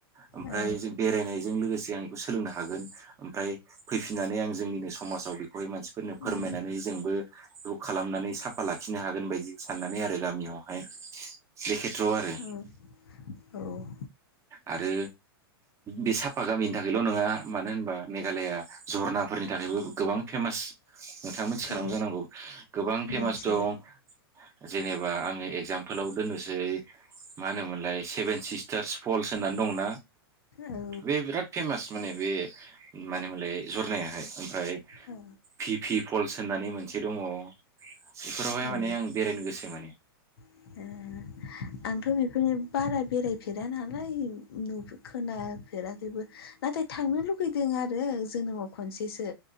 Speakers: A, on the right; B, on the left.
A: ओमफाय
B: औ
A: जों बेरायनायजों लोगोसे आं इखौ सोलोंनो हागोन ओमफ्राय फैफिननानै आं जोंनिनो समाजाव बेखौहाय मानसि फोरनो फोरमायनानै
B: उम
A: जोंबो खौ खालामनानै साफा लाखिनो हागोन बायदि साननानै आरो गामियावहाय बे खेथ्र'आव आरो
B: औ औ
A: आरो बे साफा गामिनि थाखायल' नङा मानो होनबा मेघालया झरनाफोरनि थाखायबो गोबां फेमास नोंथाङा मिथिखानांगौ
B: औ
A: जानांगौ गोबां फेमास
B: मोनथियो
A: दं जेनेबा आङो एगजामफोलाव दोननोसै मा होनोमोनलाय सेभेन सिस्टार्स फल्स होननानै दंना
B: औ
A: बे बिराद फेमास माने बे मानो मोनलाय जरनायाहाय ओमफ्राय
B: औ
A: फि फि फल्स होननानै मोनसे दङ' बेफोरावहाय
B: औ
A: माने आं बेरायनो गोसो माने
B: <unintelligible> आंथ' बेफोरनि बारा बेरायफेरा नालाय <unintelligible> खोनाफेराखैबो नाथाय थांनो लुगैदों आरो जोनोमाव खनसेसो